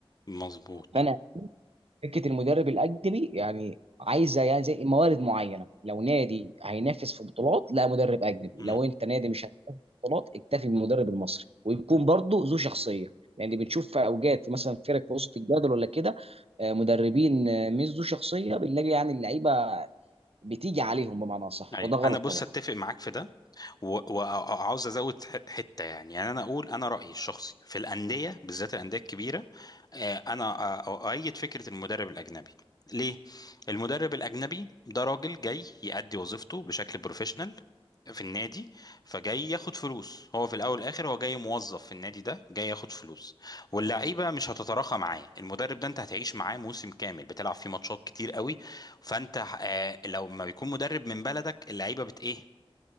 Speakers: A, on the left; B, on the right.
A: مظبوط
B: فانا فكره المدرب الاجنبي يعني عايزه يعني زي موارد معينه لو نادي هينافس في بطولات لا مدرب اجنبي
A: مم.
B: لو انت نادي مش هينافس في بطولات اكتفي بالمدرب المصري ويكون برضه ذو شخصيه لان بنشوف في اوجات في مثلا فرق في وسط الجدول ولا كده آه، مدربين آه، مش ذو شخصيه بنلاقي يعني اللعيبه بتيجي عليهم بمعنى صح
A: أيوه
B: وده غلط
A: أنا بص
B: طبعا
A: أتفق معاك في ده و- وعاوز ازود ح- حته يعني يعني انا اقول انا رايي الشخصي في الانديه بالذات الانديه الكبيره آه، انا آه، اؤيد فكره المدرب الاجنبي ليه المدرب الاجنبي ده راجل جاي يأدي وظيفته بشكل بروفيشنال في النادي فجاي ياخد فلوس هو في الاول والاخر هو جاي موظف في النادي ده جاي ياخد فلوس واللعيبه مش هتتراخى معاه المدرب ده انت هتعيش معاه موسم كامل بتلعب فيه ماتشات كتير قوي فانت آه، لو ما بيكون مدرب من بلدك اللعيبه بت ايه